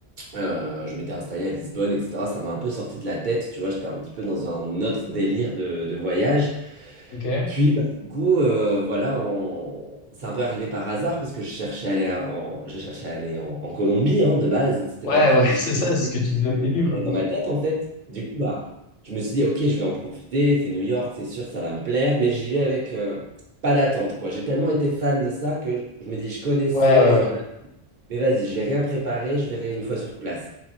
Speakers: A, on the right; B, on the left.
A: Euh, je m'étais installé à Lisbonne, etc. Ça m'a un peu sorti de la tête, tu vois, j'étais un petit peu dans un autre délire de, de voyage.
B: Ok.
A: Puis, bah, du coup, euh, voilà, on... c'est un peu arrivé par hasard parce que je cherchais à aller à- en, je cherchais à aller en, en Colombie, hein, de base. C'était
B: Ouais,
A: pas du tout
B: ouais,
A: les
B: <laughs> c'est ça, c'est ce que tu disais
A: idées
B: au début,
A: qui
B: quoi.
A: étaient dans ma tête, en fait. Du coup, bah, je me suis dit, ok, je vais en profiter. C'est New York, c'est sûr, ça va me plaire, mais j'y vais avec euh, pas d'attente, quoi. J'ai tellement été fan de ça que je me dis, je connaissais,
B: Ouais, ouais.
A: dans ma- mais vas-y, je vais rien préparer, je verrai une fois sur place.